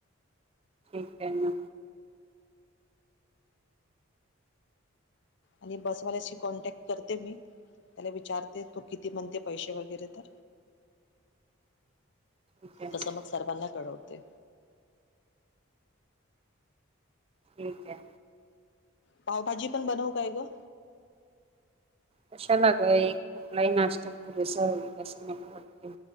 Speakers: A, on the right; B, on the left.
A: ठीक आहे ना,
B: आणि बसवाल्याशी कॉन्टॅक्ट करते मी, त्याला विचारते तू किती म्हणते पैसे वगैरे तर,
A: ठीक आहे ना
B: तसं मग सर्वांना कळवते.
A: ठीक आहे.
B: पावभाजी पण बनवू काय गं?
A: कशाला ग, एक कुठलाही नाश्ता पुरेसा होईल, असं मला वाटतंय.